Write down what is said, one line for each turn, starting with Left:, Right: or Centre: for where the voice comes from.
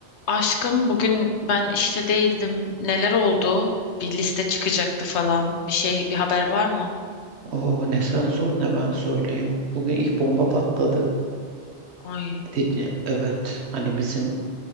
Left: Aşkım bugün ben işte değildim. Neler oldu? Bir liste çıkacaktı falan. Bir şey, bir haber var mı?
Right: Oo ne sen sor ne ben söyleyeyim. Bugün ilk bomba patladı.
Left: Ay.
Right: Dedi- Evet hani bizim